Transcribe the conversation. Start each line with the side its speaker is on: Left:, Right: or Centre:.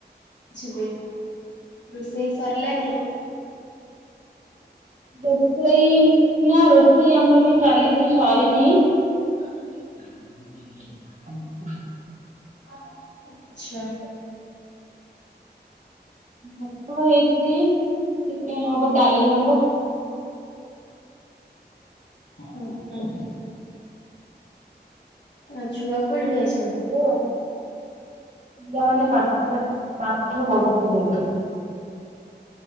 Left: ଯିବି ରୋଷେଇ ସରିଲାନି?
Right: ରୋଷେଇ ନା ରୋଷେଇ ଆମର ବି ଚାଲିଛି ସରିନି। <unintelligible>
Left: ଆଛା।
Right: ଭାତ ହେଇଛି ଚିକେନ ହବ, ଡାଲି ହବ।
Left: ହୁଁ ହୁଁ। ଆଉ ଛୁଆ କୁଆଡ଼େ ଯାଇଛି?
Right: ପିଲାମାନେ ପାଠ ପଢ ପାଠ ପଢୁଛନ୍ତି ଏବେ।